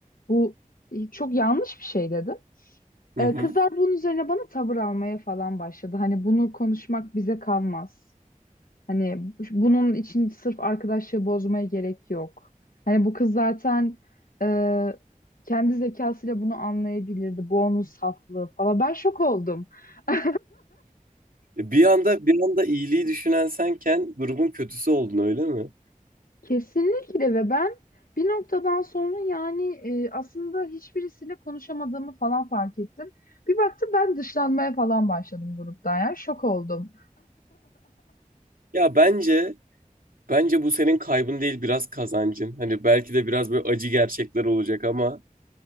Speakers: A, on the left; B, on the right.
A: bu e, çok yanlış bir şey dedi.
B: hı
A: Ee,
B: hı.
A: kızlar bunun üzerine bana tavır almaya falan başladı. Hani bunu konuşmak bize kalmaz. Hani bunun için sırf arkadaşlığı bozmaya gerek yok. Hani bu kız zaten e, kendi zekasıyla bunu anlayabilirdi. Bu onun saflığı falan. Ben şok oldum. <laughs>
B: E, Bir anda bir anda iyiliği düşünen senken grubun kötüsü oldun öyle mi?
A: Kesinlikle ve ben bir noktadan sonra yani e, aslında hiçbirisiyle konuşamadığımı falan fark ettim. Bir baktım ben dışlanmaya falan başladım gruptan ya. Şok oldum.
B: Ya bence bence bu senin kaybın değil biraz kazancın. Hani belki de biraz böyle acı gerçekler olacak ama